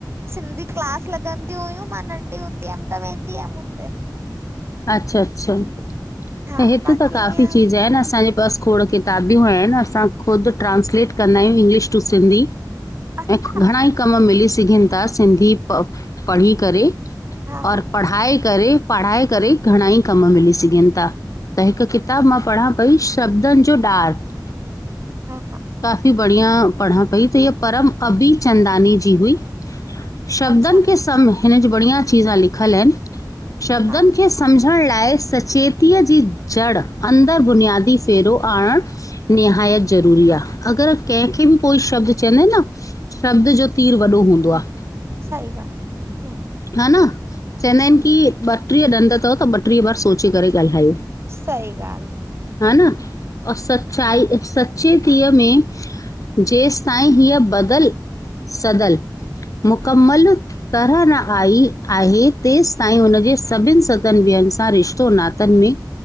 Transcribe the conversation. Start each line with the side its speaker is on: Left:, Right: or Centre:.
Right: सिंधी क्लास लॻंदी हुयूं मां नंढी हूंदी हुयमि त वे त वेंदी हुयम हुत्ते।
Left: अच्छा अच्छा,
Right: हा
Left: ऐं हिते
Right: बाक़ी
Left: त काफ़ी
Right: ईअं
Left: चीज़ आहिनि असांजे पास खोड़ किताबूं आहिनि असां खुदि ट्रांस्लेट कंदा आहियूं इंग्लिश टू सिंधी।
Right: अच्छा
Left: ऐं घणाई कम मिली सघनि था सिंधी प पढ़ी करे
Right: हा
Left: और
Right: हा
Left: पढ़ाए करे पढ़ाए करे घणाई कम मिली सघनि था। त हिकु किताबु मां पढ़ां पई शब्दनि जो डार्क
Right: हा हा
Left: काफ़ी बढ़िया पढ़ा पई त इ परम अभी चंदानी जी हुई। शब्दनि
Right: अच्छा
Left: के सम हिनज बड़िया चीज़ा लिखियल आहिनि शब्दनि
Right: हा
Left: खे सम्झण लाइ सचेतीअ जी जड़ अंदरि बुनियादी फेरो आणणु निहायत ज़रूरी आहे। अगरि कंहिंखे
Right: हा,
Left: बि कोई शब्द चवंदा आहिनि न शब्द जो तीर वॾो हूंदो आहे।
Right: साई ॻाल आ हम्म
Left: हा न चवंदा आहिनि
Right: हम्म
Left: की ॿटीह ॾंद अथव त ॿटीह बार सोचे करे ॻाल्हायो।
Right: सही गाल आहे।
Left: हा न अ सचाई सचेतीअ में जेसि ताईं हीअ बदल सदल मुकमलु तरह न आई आहे तेसि ताईं हुनजे सभिननि सतनि ॿियनि सां रिश्तो नातनि में